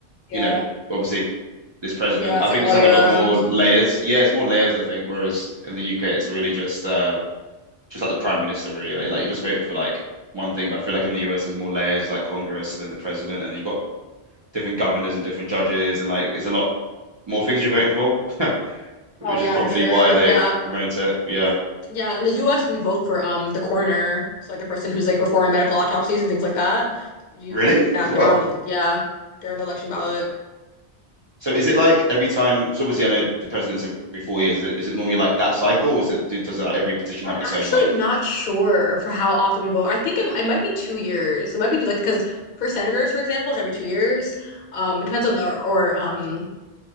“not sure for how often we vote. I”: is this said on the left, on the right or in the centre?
Left